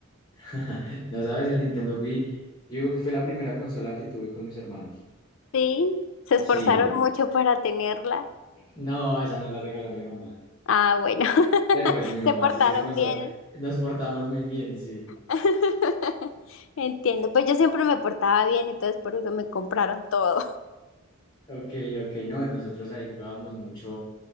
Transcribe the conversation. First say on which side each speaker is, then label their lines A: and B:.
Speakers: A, on the left; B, on the left.
A: <laughs> No sabes, el Nintendo Wii, yo digo que fue la primera consola que tuve con mis hermanos.
B: Sí, se esforzaron
A: Sí,
B: mucho para tenerla.
A: no, esa no la regaló mi mamá.
B: Ah, bueno, <laughs>
A: Pero pues mi mamá
B: se portaron
A: sí se esforzó.
B: bien.
A: Nos portamos muy bien, sí.
B: <laughs> Entiendo, pues yo siempre me portaba bien, entonces por eso me compraron todo.
A: Ok, ok, no, nosotros ahí jugábamos mucho